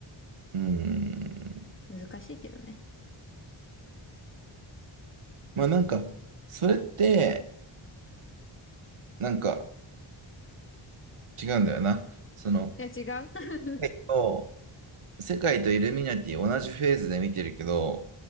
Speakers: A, on the right; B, on the left.
A: うん
B: 難しいけどね。
A: まあなんか、それって、なんか違うんだよな。その、
B: いや、違う <laughs>
A: えっと世界とイルミナティ同じフェーズで見てるけど、